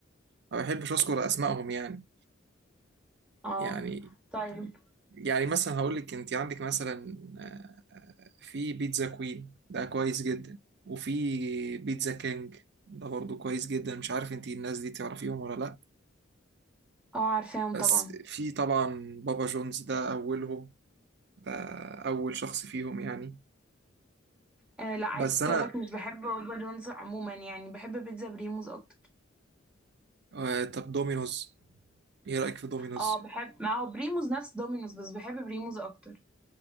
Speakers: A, on the right (about 60°); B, in the centre.
A: بحبش اذكر اسمائهم يعني
B: اه
A: يعني
B: طيب
A: يعني مثلا هقول لك انت عندك مثلا آه، آه، في بيتزا كوين ده كويس جدا وفي بيتزا كينج ده برضو كويس جدا مش عارف انت الناس دي تعرفيهم ولا لا
B: اه عارفاهم
A: بس
B: طبعا
A: في طبعا بابا جونز ده اولهم ده اول شخص فيهم يعني
B: آه لا عايزه
A: بس انا
B: اقول لك مش بحب بابا جونز عموما يعني بحب بيتزا بريموز اكتر
A: آه طب دومينوز ايه رأيك في دومينوز
B: اه بحب ما هو بريموز نفس دومينوز بس بحب بريموز اكتر